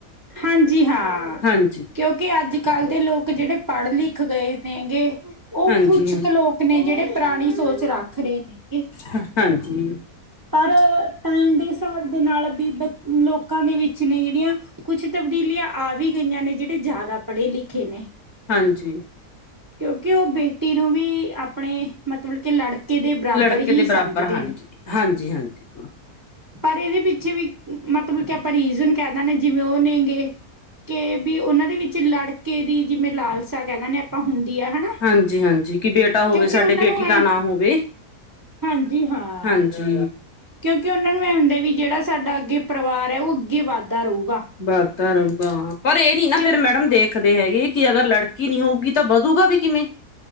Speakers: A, on the right; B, on the left.
A: ਹਾਂਜੀ ਹਾਂ,
B: ਹਾਂਜੀ,
A: ਕਿਉਂਕਿ ਕੇ ਅੱਜ- ਕੱਲ੍ਹ ਦੇ ਲੋਕ ਜਿਹੜੇ ਪੜ੍ਹ ਲਿਖ ਗਏ ਨੇ ਗੇ, ਉਹ
B: ਹਾਂਜੀ,
A: ਕੁਛ ਕੁ ਲੋਕ ਨੇ ਜਿਹੜੇ ਪੁਰਾਣੀ ਸੋਚ ਰੱਖ ਰਹੇ ਨੇ ਗਏ,
B: ਹਾਂ, ਹਾਂਜੀ।
A: ਪਰ ਟਾਈਮ ਦੇ ਹਿਸਾਬ ਦੇ ਨਾਲ ਵੀ ਬ, ਲੋਕਾਂ ਦੇ ਵਿੱਚ ਨੇ ਜਿਹੜੀਆਂ ਕੁਛ ਤਬਦੀਲੀਆਂ ਆ ਵੀ ਗਈਆਂ ਨੇ, ਜਿਹੜੇ ਜ਼ਿਆਦਾ ਪੜ੍ਹੇ ਲਿਖੇ ਨੇ
B: ਹਾਂਜੀ।
A: ਕਿਉਂਕਿ ਉਹ ਬੇਟੀ ਨੂੰ ਵੀ ਆਪਣੇ ਮਤਲਬ ਕਿ ਲੜਕੇ ਦੇ ਬਰਾਬਰ
B: ਲੜਕੇ
A: ਹੀ
B: ਦੇ ਬਰਾਬਰ
A: ਸਮਝਦੇ
B: ਹਾਂਜੀ,
A: ਨੇ।
B: ਹਾਂਜੀ, ਹਾਂਜੀ।
A: ਪਰ ਇਹਦੇ ਪਿੱਛੇ ਵੀ, ਮਤਲਬ ਕਿ ਆਪਾਂ ਰੀਜ਼ਨ ਕਹਿ ਦਿੰਦੇ ਜਿਵੇਂ ਉਹ ਨੇ ਗੇ ਕੇ ਵੀ, ਉਹਨਾਂ ਦੇ ਵਿੱਚ ਲੜਕੇ ਦੀ ਜਿਵੇਂ ਲਾਲਸਾ ਕਹਿ ਦਿੰਦੇ ਹੁੰਦੀ ਆ ਹਨਾ,
B: ਹਾਂਜੀ, ਹਾਂਜੀ ਕਿ ਬੇਟਾ ਹੋਵੇ
A: ਕਿਉਂਕਿ
B: ਸਾਡੇ
A: ਉਹਨਾਂ
B: ਬੇਟੀ
A: ਨੂੰ
B: ਦਾ
A: ਐ
B: ਨਾਂ ਹੋਵੇ
A: ਹਾਂਜੀ ਹਾਂ।
B: ਹਾਂਜੀ।
A: ਕਿਉਂਕਿ ਉਹਨਾਂ ਨੂੰ ਇਹ ਹੁੰਦਾ ਵੀ ਜਿਹੜਾ ਸਾਡਾ ਅੱਗੇ ਪਰਿਵਾਰ ਹੈ, ਉਹ ਅੱਗੇ ਵੱਧਦਾ ਰਹੂਗਾ।
B: ਵਧਦਾ ਰਹੂਗਾ, ਪਰ ਇਹ ਨੀ ਨਾ
A: ਕਿਉਂ
B: ਫੇਰ ਮੈਡਮ ਦੇਖ। ਦੇਖਦੇ ਹੈਗੇ ਕਿ ਅਗਰ ਲੜਕੀ ਨੀ ਹੋਊਗੀ, ਤਾਂ ਵਧੂਗਾ ਵੀ ਕਿਵੇਂ।